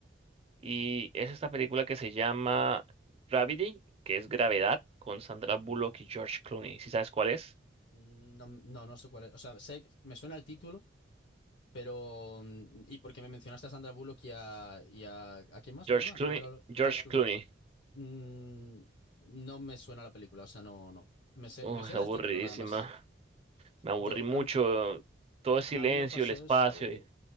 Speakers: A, on the right; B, on the left.
A: Y es esta película que se llama Gravity, que es Gravedad, con Sandra
B: ujú,
A: Bullock y George Clooney. ¿Sí sabes cuál es?
B: no, no, no sé cuál es. O sea, sé, me suena el título, pero, mm, y porque me mencionaste a Sandra Bullock y a, y a, ¿a quién más?
A: George
B: Perdona,
A: Clooney.
B: ¿cuál era? lo-
A: George
B: George Clooney.
A: Clooney.
B: Mm, no me suena la película, o sea, no, no. Me, sé-
A: Uf,
B: me suena
A: es aburridísima.
B: el título, nada más.
A: Me aburrí
B: Yo,
A: mucho.
B: a mí,
A: Todo el silencio,
B: a mí me pasó
A: el espacio.
B: eso.
A: y-